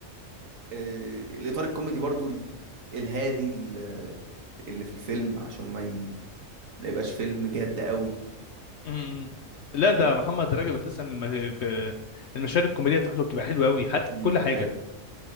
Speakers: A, on the right; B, on the left.
A: آه، الإطار الكوميدي برضو ال- الهادي ال- اللي في الفيلم عشان ما ي... ما يبقاش فيلم جد قوي
B: م- م. لا ده محمد رجب اساسا الم- المشاهد الكوميديه بتاعته بتبقى حلوه قوي حتى
A: امم
B: في كل
A: ده
B: حاجه
A: حقيقة